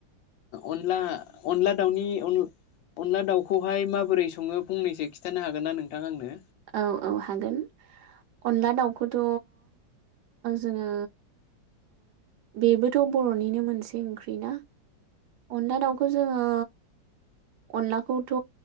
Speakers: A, on the left (about 80°); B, on the right (about 70°).
A: अनला अनला दाउनि न' अनला दाउखौहाय माबोरै सङो फंनैसो खिथानो हागोन ना नोंथां आंनो
B: औ औ हागोन अनला दाउखौथ' जोङो बेबोथ' बर'निनो मोनसे ओंख्रि ना अनला दाउखौ जोङो अनलाखौथ'